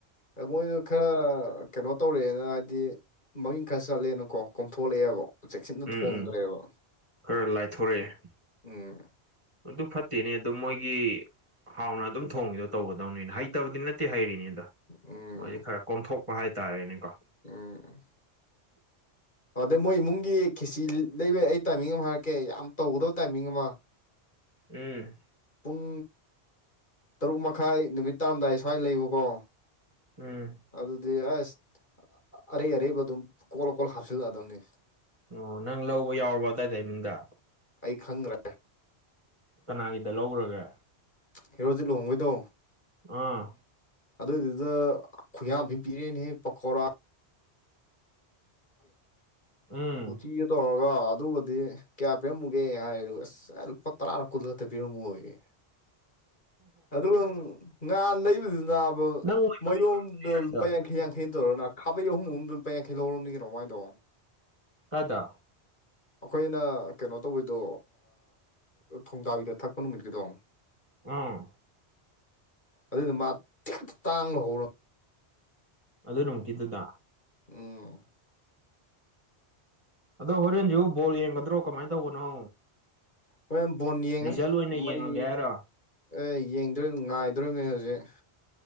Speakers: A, on the left (about 45°); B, on the right (about 30°).
A: ꯑꯩꯈꯣꯏꯗꯣ ꯈꯔꯥ ꯀꯩꯅꯣ ꯇꯧꯔꯛꯑꯦꯅ ꯍꯥꯏꯗꯤ ꯃꯃꯤꯡ ꯈꯔ ꯆꯠꯂꯦꯅꯀꯣ ꯀꯣꯝꯊꯣꯂꯛꯑꯦꯕ꯫ ꯆꯦꯛꯁꯤꯟꯅ
B: ꯎꯝ
A: ꯊꯣꯡꯗ꯭ꯔꯦꯕ
B: ꯎꯝ ꯈꯔ ꯂꯥꯏꯊꯣꯔꯛꯑꯦ
A: ꯎꯝ꯫
B: ꯑꯗꯨ ꯐꯠꯇꯦꯅꯦ ꯑꯗꯨ ꯃꯣꯏꯒꯤ ꯍꯥꯎꯅ ꯑꯗꯨꯝ ꯊꯣꯡꯕꯤꯗꯣ ꯇꯧꯒꯗꯕꯅꯤꯅꯦ ꯍꯩꯇꯕꯗꯤ ꯅꯠꯇꯦ ꯍꯩꯔꯤꯅꯤ꯫ ꯑ
A: ꯎꯝ
B: ꯃꯣꯏꯁꯦ ꯈꯔ ꯀꯣꯝꯊꯣꯛꯄ ꯍꯥꯏꯇꯥꯔꯦꯅꯦꯀꯣ
A: ꯎꯝ
B: <inaudible>
A: ꯑꯗꯩ ꯃꯣꯏ ꯏꯃꯨꯡꯒꯤ ꯈꯦꯆꯤ ꯂꯩꯕꯦꯛ ꯑꯩ ꯇꯥꯏꯃꯤꯡ ꯑꯃ ꯍꯥꯏꯔꯛꯀꯦ ꯌꯥꯝ ꯇꯧꯒꯗꯕ ꯇꯥꯏꯃꯤꯡ ꯑꯃ
B: ꯎꯝ
A: ꯄꯨꯡ ꯇꯔꯨꯛ ꯃꯈꯥꯏ ꯅꯨꯃꯤꯠ ꯇꯥꯔꯝꯗꯥꯏ ꯁ꯭ꯋꯥꯏ ꯂꯩꯑꯣꯕꯀꯣ
B: ꯎꯝ
A: ꯑꯗꯨꯗꯤ ꯑꯁ ꯑꯔꯩ ꯑꯔꯩꯕ ꯑꯗꯨꯝ ꯀꯣꯠꯂ - ꯀꯣꯠꯂ ꯍꯥꯞꯆꯤꯜꯂꯛꯑꯗꯕꯅꯤ꯫
B: ꯑꯣ ꯅꯪ ꯂꯧꯕ ꯌꯥꯎꯔꯕ ꯑꯗꯨꯋꯥꯏ ꯏꯃꯨꯡꯗ?
A: ꯑꯩ ꯈꯪꯗ꯭ꯔꯦ
B: ꯀꯅꯥꯒꯤꯗ ꯂꯧꯔꯒ
A: ꯍꯦ ꯔꯣꯖꯤꯠ ꯂꯨꯍꯣꯡꯕꯩꯗꯣ
B: ꯑꯥ
A: ꯑꯗꯨꯏꯗꯨꯗ ꯈꯨꯌꯥꯝꯊꯤ ꯄꯤꯔꯛꯑꯦꯅꯦ ꯄꯀꯧꯔꯥ
B: ꯎꯝ
A: ꯎꯇꯤꯒ ꯇꯧꯔꯒ ꯑꯗꯨꯒꯗꯤ ꯀꯌꯥ ꯄꯤꯔꯝꯃꯨꯒꯦ ꯍꯥꯏꫪꯦ ꯑꯁ ꯁꯦꯜ ꯂꯨꯄꯥ ꯇꯔꯥꯔ ꯀꯨꯜꯂ ꯈꯛꯇ ꯄꯤꯔꯝꯃꯣꯌꯦ ꯑꯗꯨꯒ ꯉꯥꯟ ꯂꯩꯕꯗꯨ
B: ꯅꯪ
A: ꯃꯌꯣꯝꯗ
B: ꯑꯣꯏꯔꯤꯗꯣ
A: ꯂꯨꯄꯥ ꯌꯥꯡꯈꯩ ꯌꯥꯡꯈꯩꯩꯅ ꯇꯧꯔꯅ ꯈꯥꯕꯩ ꯑꯍꯨꯝ ꯑꯍꯨꯝꯗ ꯂꯨꯄꯥ ꯌꯥꯡꯈꯩ ꯂꯧꯔꯝꯅꯤꯅ ꯅꯣꯡꯃꯥꯏꯗꯣ
B: ꯀꯗ
A: ꯑꯩꯈꯣꯏꯅ ꯀꯩꯅꯣ ꯇꯧꯕꯗꯣ ꯊꯣꯡꯗꯥꯕꯤꯗ ꯊꯛꯄ ꯅꯨꯃꯤꯠꯀꯤꯗꯣ
B: ꯑꯥ
A: ꯑꯗꯨꯏꯅ ꯃꯥ ꯇꯦꯛꯇ ꯇꯥꯡꯂꯅ ꯍꯧꯔ
B: ꯑꯗꯨ ꯅꯨꯃꯤꯠꯀꯤꯗꯨꯗ
A: ꯎꯝ
B: ꯑꯗꯣ ꯍꯣꯔꯦꯟꯖꯨ ꯕꯣꯜ ꯌꯦꯡꯒꯗ꯭ꯔꯣ ꯀꯃꯥꯏꯅ ꯇꯧꯕꯅꯣ
A: ꯍꯣꯏ ꯕꯣꯟ ꯌꯦꯡꯒꯅꯤ
B: ꯔꯤꯖꯜ ꯑꯣꯏꯅ
A: ꯃꯩ
B: ꯌꯦꯡꯉꯒꯦ ꯍꯥꯏꯔꯣ
A: ꯑꯦ ꯌꯦꯡꯗꯣ ꯉꯥꯏꯗꯧꯔꯤꯕꯅꯦ ꯍꯧꯖꯤꯛ